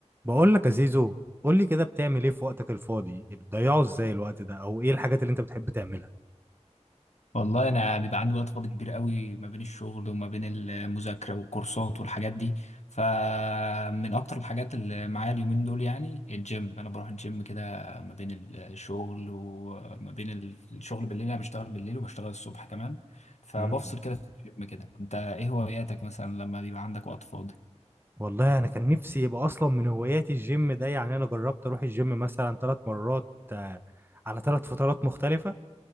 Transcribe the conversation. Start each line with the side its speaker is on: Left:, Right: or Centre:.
Right: بقول لك يا زيزو قول لي كده بتعمل ايه في وقتك الفاضي بتضيعه ازاي الوقت ده او ايه الحاجات اللي انت بتحب تعملها
Left: والله انا بيبقى عندي وقت فاضي كبير قوي ما بين الشغل وما بين المذاكره والكورسات والحاجات دي فمن اكتر الحاجات اللي معايا اليومين دول يعني الجيم انا بروح الجيم كده ما بين الشغل وما بين ال- الشغل بالليل انا بشتغل بالليل وبشتغل الصبح كمان فبفصل
Right: امم
Left: كده في الجيم كده انت ايه هواياتك مثلا لما بيبقى عندك وقت فاضي
Right: والله انا كان نفسي يبقى اصلا من هواياتي الجيم ده يعني انا جربت اروح الجيم مثلا ثلاث مرات آه، على ثلاث فترات مختلفة